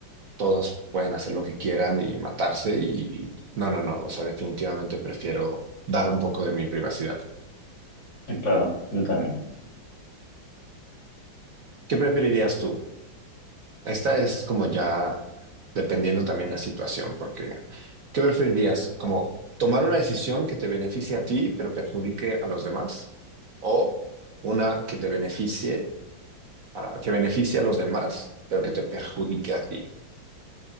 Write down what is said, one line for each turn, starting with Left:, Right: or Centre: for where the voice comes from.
Right: todos pueden hacer lo que quieran y matarse y, y- no, no, no, o sea, definitivamente prefiero dar un poco de mi privacidad.
Left: Sí, Claro, yo también.
Right: ¿Qué preferirías tú? Esta es como ya dependiendo también la situación, porque ¿qué preferirías? ¿Como tomar una decisión que te beneficie a ti pero perjudique a los demás? ¿O una que te beneficie, ah, que beneficie a los demás pero que te perjudique a ti?